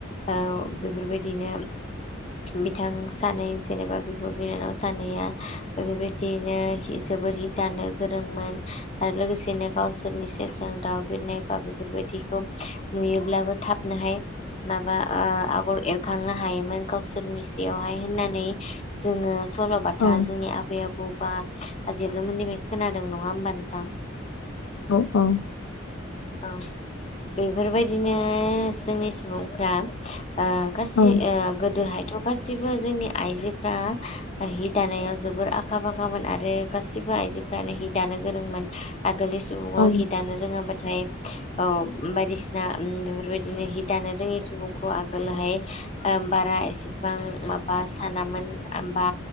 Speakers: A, on the left; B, on the left.
A: बेफोरबायदिनो
B: <inaudible>
A: बिथां सानै जेनेबा बिब' बिनानाव सानैया बेफोरबायदियैनो हि जोबोर हि दानो गोरोंमोन आरो लोगोसेनो गावसोरनि सेरजों दाउ बिनाय बा बेफोरबायदिखौ नुयोब्लाबो थाबनोहाय माबा ओ आगर एरखांनो हायो गावसोरनि सियावहाय होननानै जोङो सल'बाथा
B: औ
A: जोंनि आबै आबौ बा आजै आजौ 'मोननिफाय खोनादों नङा होमबा नोंथां?
B: औ औ
A: औ बेफोरबायदिनो जोंनि सुबुंफ्रा ओ गासै
B: औ
A: ओ गोदोहायथ' गासिबो जोंनि आइजोफ्रा हि दानायाव जोबोर आखा फाखामोन आरो गासिबो आइजोफ्रानो हि दानो गोरोंमोन आगोलनि न'आव
B: औ
A: हि दानो रोङाबाथाय औ बायदिसिना ओम बेफोरबायदिनो हि दानो रोङि सुबुंखौ आगोलोहाय बारा एसेबां माबा सानामोन ओमबा